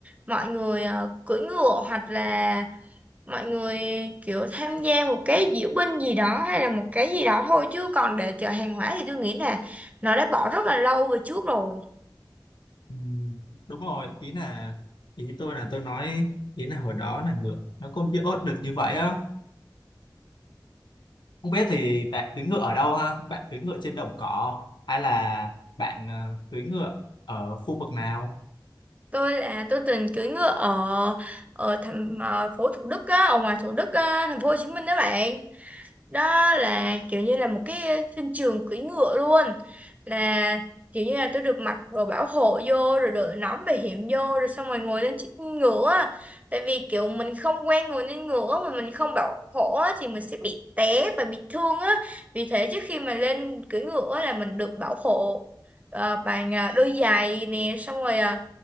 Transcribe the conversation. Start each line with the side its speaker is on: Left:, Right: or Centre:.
Right: mọi người ờ, cưỡi ngựa hoặc là mọi người kiểu tham gia một cái diễu binh gì đó hay là một cái gì đó thôi chứ còn để chở hàng hóa thì tôi nghĩ là nó đã bỏ rất là lâu về trước rồi
Left: Ừ, đúng rồi ý là ý tôi là tôi nói ý là hồi đó là ngựa nó cũng chưa ốt được như vậy á không biết thì bạn cưỡi ngựa ở đâu ha bạn cưỡi ngựa trên đồng cỏ hay là bạn ờ, cưỡi ngựa ở khu vực nào
Right: tôi là tôi từng cưỡi ngựa ở ở thành ờ, phố Thủ Đức á, ở ngoài Thủ Đức á, thành phố Hồ Chí Minh đó bạn đó là kiểu như là một cái sân trường cưỡi ngựa luôn là kiểu như là tôi được mặc đồ bảo hộ vô rồi đội nón bảo hiểm vô rồi xong rồi ngồi lên chiếc ngựa á. tại vì kiểu mình không quen ngồi lên ngựa mà mình không bảo hộ á, thì mình sẽ bị té và bị thương á vì thế trước khi mà lên cưỡi ngựa á là mình được bảo hộ ờ, bằng ờ, đôi giày nè xong rồi ờ,